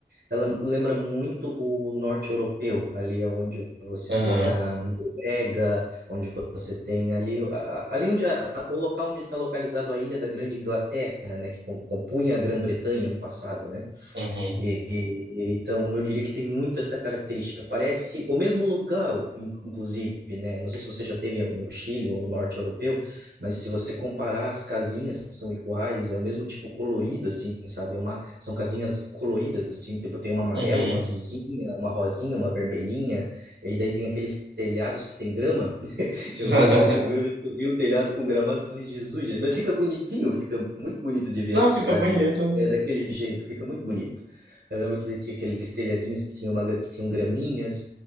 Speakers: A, on the right; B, on the right.
A: ela lembra muito o norte europeu, ali é onde você
B: uhum,
A: tem a Noruega, onde você tem ali, a- a- ali onde a- a- o local onde está localizado a Ilha da Grande Inglaterra, né, que com- compunha a Grã-Bretanha no passado, né?
B: uhum,
A: E- e- então, eu diria que tem muito essa característica. Parece o mesmo lugar, in- inclusive, né? Não sei se você já teve no Chile ou no norte europeu, mas se você comparar, as casinhas são iguais, é o mesmo tipo colorido, assim, sabe? É uma, são casinhas coloridas, assim, tem, tipo, tem uma amarela,
B: uhum.
A: uma azulzinha, uma rosinha, uma vermelhinha, e daí tem aqueles telhados que tem grama.
B: <laughs>
A: Eu, eu lembro que a primeira vez que eu vi o telhado com gramado, eu falei, Jesus, gente, mas fica bonitinho, fica muito bonito de ver
B: Não,
A: a cidade
B: fica bonito.
A: é, daquele jeito, fica muito bonito. Eu lembro que tinha aqueles telhadinhos que tinham, uma, gra- que tinham graminhas